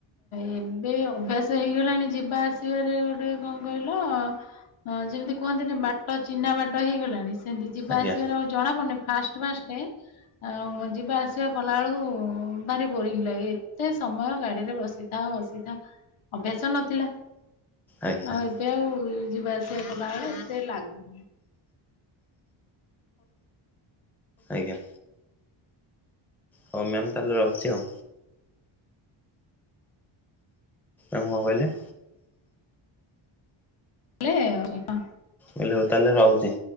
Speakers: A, on the left; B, in the centre.
A: ଏବେ ଅଭ୍ୟାସ ହେଇଗଲାଣି ଯିବା ଆସିବାରେ ଗୋଟେ କଣ କହିଲ ହଁ ଯେମିତି କୁହନ୍ତିନ ବାଟ ଚିହ୍ନା ବାଟ ହେଇଗଲାଣି? ସେମିତି ଯିବା
B: ଆଜ୍ଞା
A: ଆସିବାର ଆଉ ଜଣା ପଡୁନି ଫାଷ୍ଟ ଫାଷ୍ଟ ଆ ଯିବା ଆସିବା କଲାବେେଳକୁ ଭାରି ବୋରିଙ୍ଗ ଲାଗେ। ଏତେ ସମୟ ଗାଡିରେ ବସିଥା ବସିଥା ଅଭ୍ୟାସ ନଥିଲା।
B: ଆଜ୍ଞା ଆଜ୍ଞା
A: ଆଉ ଏବେ ଆଉ ଯିବା ଆସିବା କଲାବେଳେ ଏତେ ଲାଗୁନି।
B: ଆଜ୍ଞା। ହଉ ମ୍ୟାମ୍ ତାହେଲେ ରହୁଛି ହଉ। ଆଉ କଣ କହିଲେ?
A: <unintelligible>
B: ହେଲେ ହଉ ତାହେଲେ ରହୁଛି।